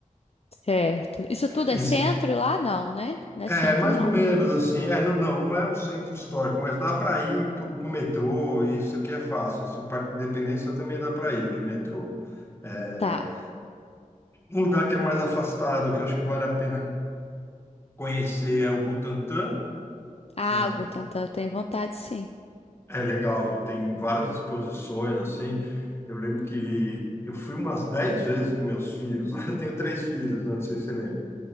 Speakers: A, on the left; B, on the left.
A: Certo. Isso tudo
B: Esse,
A: é centro lá? Não, né? Não é
B: É,
A: centro,
B: mais
A: não.
B: ou menos assim. É, não, não, não é o centro histórico, mas dá para ir pro, pro metrô, e isso aqui é fácil. Esse Parque da Independência também dá para ir de metrô. É,
A: Tá.
B: um lugar que é mais afastado, que eu acho que vale a pena conhecer, é o Butantã.
A: Ah,
B: É,
A: o Butantã eu tenho vontade, sim.
B: é legal, viu? Tem várias exposições assim. Eu lembro que eu fui umas 10 vezes com meus filhos. <laughs> Eu tenho três filhos, né? Não sei se você lembra.